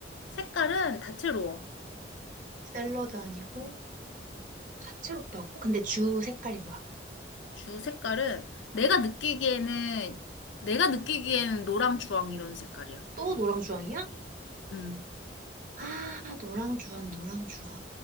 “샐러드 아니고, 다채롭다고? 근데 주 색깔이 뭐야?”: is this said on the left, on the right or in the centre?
Right